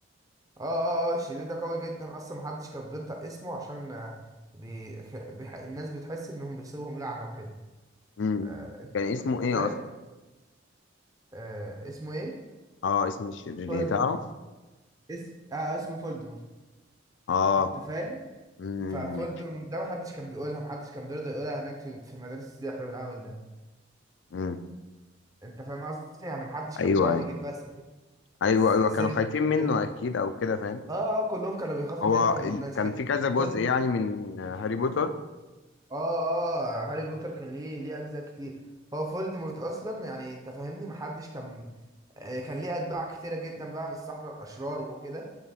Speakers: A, on the right; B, on the left.
A: اه اه اه الشرير ده قوي جدا اصلا محدش كان بينطق اسمه عشان آه، بي... بيح... الناس بتحس انهم بيسيبهم لعنة وكده
B: مم.
A: آه انت
B: كان اسمه
A: انت
B: ايه
A: فاهم
B: اصلا
A: آه اسمه ايه
B: اه اسم الشرير
A: فولدمورت
B: ايه تعرف
A: اسم اه اسمه فولدمورت
B: اه
A: انت فاهم
B: امم
A: ففولدمورت ده محدش كان بيقولها محدش كان بيرضى يقولها هناك في, في مدارس السحر والهبل ده
B: امم
A: انت فاهم قصدي يعني محدش كان
B: ايوه
A: بيقعد
B: ايوه
A: يجيب بس
B: ايوه
A: الس-
B: ايوه
A: سيرة
B: كانوا خايفين منه
A: سيرة
B: اكيد او كده فاهم
A: اه اه كلهم كانوا بيخافوا
B: هو
A: منه ومن
B: ال...
A: الناس
B: كان
A: كده
B: في كذا جزء
A: فولد
B: يعني من هاري بوتر
A: اه اه هاري بوتر كان ليه ليه اجزاء كتير هو فولدمورت اصلا يعني انت فاهمني محدش كان آه، كان ليه اتباع كتيرة جدا بقى من السحرة الاشرار وكده